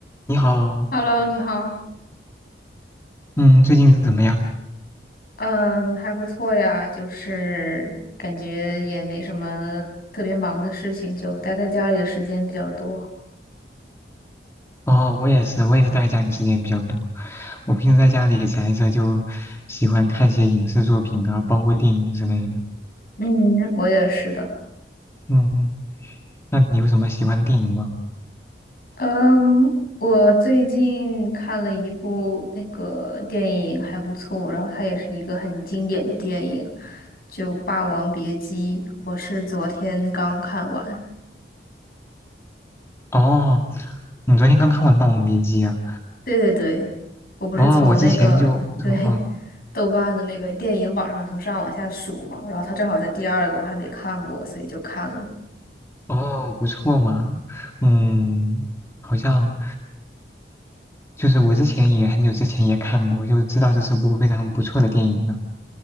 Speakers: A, on the left; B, on the left.
A: 你好，
B: Hello，你好。
A: 嗯，最近怎么样？
B: 嗯，还不错呀，就是感觉也没什么特别忙的事情，就待在家里的时间比较多。
A: 哦，我也是，我也是待家里时间比较多。我平时在家里宅着，就喜欢看些影视作品啊，包括电影之类的。
B: 嗯，我也是的。
A: 嗯嗯，那你有什么喜欢的电影吗？
B: 嗯，我最近看了一部那个电影，还不错，然后它也是一个很经典的电影，就《霸王别姬》，我是昨天刚看完。
A: 哦，你昨天刚看完《霸王别姬》啊？
B: 对对对，我不是从那个对
A: 哦，我之前就，嗯，
B: 豆瓣的那个电影榜上从上往下数嘛，然后它正好在第二个，我还没看过，所以就看了。
A: 哦，哦不错嘛，嗯，好像就是我之前也很久之前也看过，就知道这是部非常不错的电影了。